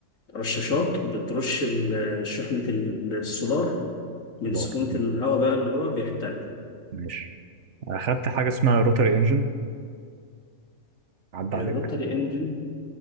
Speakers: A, on the left; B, on the right.
A: رشاشات بترش ال- شحنة السولار من
B: سولار
A: سخونة
B: مم.
A: الهواء بقى اللي جوه بيحترق
B: ماشي اخدت حاجه اسمها روتري انجن عدى
A: آه،
B: عليك
A: روتري انجن